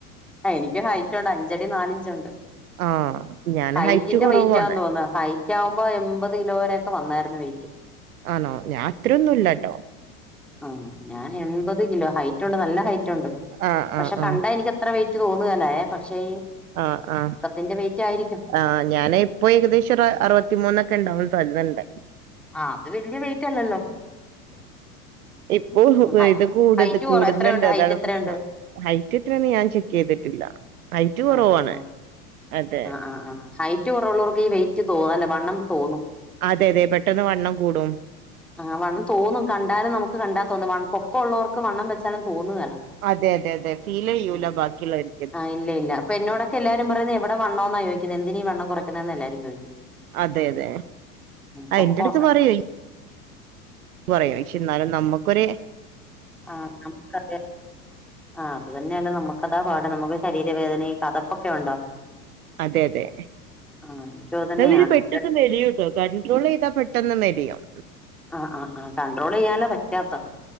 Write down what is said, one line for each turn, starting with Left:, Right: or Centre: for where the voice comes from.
Centre: ആഹ് എനിക്ക് ഹൈറ്റ് ഉണ്ട് അഞ്ചടി നാലിഞ്ചുണ്ട്
Right: ആഹ് ഞാൻ
Centre: ഹൈറ്റിന്റെ
Right: ഹൈറ്റ് കുറവാണ്
Centre: വെയിറ്റാന്ന് തോന്ന ഹൈ റ്റാകുമ്പോ എൺപത് കിലോ വരെയൊക്കെ വന്നായിരുന്നു വെയ്റ്റ്
Right: ആണോ ഞാൻ അത്രൊന്നും ഇല്ലട്ടോ
Centre: ആഹ് ഞാൻ എൺപത് കിലോ ഹൈറ്റ് ഉണ്ട് നല്ല ഹൈറ്റ് ഉണ്ട്
Right: ആഹ്
Centre: പക്ഷെ
Right: ആഹ് ആഹ്
Centre: കണ്ട എനിക്ക് അത്ര വെയിറ്റ് തോന്നുകേല്ല ഏഹ് പക്ഷേ ഈ
Right: ആഹ് ആഹ്
Centre: അതിന്റെ വെയിറ്റ് ആയിരിക്കും
Right: ആഹ് ഞാന് ഇപ്പോ ഏകദേശം ഒരു അറുപത്തിമൂന്നൊക്കെ ഉണ്ടാവാൻ സാധ്യതണ്ട്
Centre: ആഹ് അത് വല്ല്യ വെയിറ്റ് അല്ലല്ലോ
Right: ഇപ്പൊ
Centre: ഹൈ
Right: ഇത് കൂട്ത്
Centre: ഹൈറ്റ് കൊറ
Right: കൂടുന്നുണ്ട്
Centre: എത്രയുണ്ട് ഹൈറ്റ്
Right: അതാണ്
Centre: എത്രയുണ്ട്
Right: പ്രശ്നം ഹൈറ്റ് എത്രയെന്ന് ഞാൻ ചെക്ക് ചെയ്തിട്ടില്ല ഹൈറ്റ് കുറവാണ്
Centre: ആഹ് ആഹ്
Right: അതെ
Centre: ആഹ് ആഹ് ഹൈ ഹൈറ്റ് കുറവുള്ളവർക്ക് ഈ വെയിറ്റ് തോ അല്ല വണ്ണം തോന്നും
Right: അതെ അതെ പെട്ടെന്ന് വണ്ണം കൂടും
Centre: ആഹ് വണ്ണം തോന്നും കണ്ടാല് നമുക്ക് കണ്ടാ തോന്നും വൺ പൊക്ക ഉള്ളവർക്ക് വണ്ണം വെച്ചാലും തോന്നുകേല.
Right: അതെ അതെ അതെ ഫീലെ യ്യൂല
Centre: ഉം
Right: ബാക്കിള്ളരി
Centre: ആഹ് ഇല്ല ഇല്ല അപ്പൊ എന്നോടൊക്കെല്ലാരും പറയുന്നെ എവിടെ വണ്ണോന്നാ ചോയ്ക്കുന്നെ എന്തിനീ വണ്ണം കൊറയ്ക്കുന്നെന്ന് എല്ലാരും ചോയിക്കുന്ന
Right: അതെ അതെ ആ
Centre: പൊക്കൊക്കണ്ട്
Right: എന്റെടുത്ത് പറയും പറയും പക്ഷെ ന്നാലും നമ്മക്കൊര്
Centre: ആഹ് <unintelligible> ആഹ് അത് തന്നെയാണ് നമുക്കതാ പാട് നമുക്ക് ശരീരവേദനേം കഥപ്പൊക്കെ ഉണ്ടോ?
Right: അതെ അതെ
Centre: ആഹ് എനിക്കും അത് തന്നെയാണ്
Right: <unintelligible> പെട്ടു ത് മെലിയുട്ടോ കണ്ട്രോളെയ്താ പെട്ടെന്ന് മെലിയും.
Centre: ആഹ് ആഹ് ആഹ് കണ്ട്രോ ളെയ്യാൻല പറ്റാത്ത